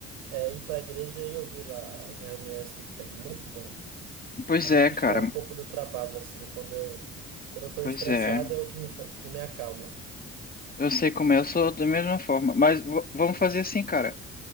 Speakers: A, on the right (about 80°); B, on the left (about 25°).
A: é ir para a igreja e ouvir lá as reuniões que tem. Muito bom.
B: Pois
A: A me
B: é,
A: distrai
B: cara,
A: um pouco do trabalho, assim, quando eu quando eu estou
B: pois
A: estressado
B: é.
A: é o que me, fa- que me acalma.
B: Eu sei como é, eu sou da mesma forma, mas v- vamos fazer assim, cara.